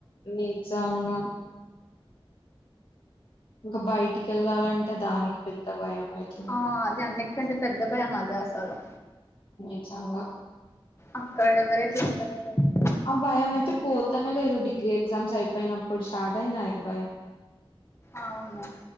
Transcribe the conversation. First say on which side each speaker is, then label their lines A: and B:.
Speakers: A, on the left (about 65°); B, on the left (about 30°).
A: నిజంగ ఇంక బైటికెళ్ళాలంటే దాన్కి పెద్ద భయమైతుంది
B: ఆ అది అన్నిట్ కంటె పెద్ద భయమది అసలు
A: నిజంగ
B: అక్కడెవరట్లుంటరో తెలీద్
A: అ భయమైతె పోతనొ లేదొ డిగ్రీ ఎగ్జామ్సైపొయ్నమ్ ఇప్పుడ్ స్టార్టైంది అయ భయం
B: ఔను